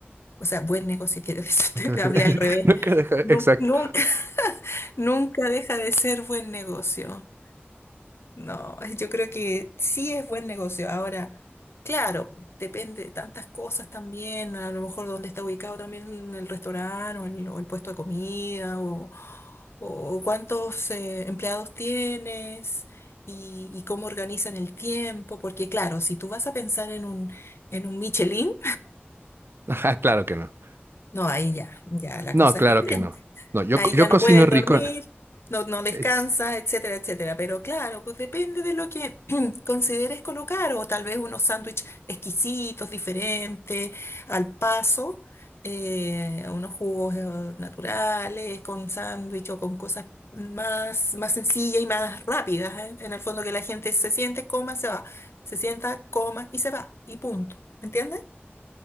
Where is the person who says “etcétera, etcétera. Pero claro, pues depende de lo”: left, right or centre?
Left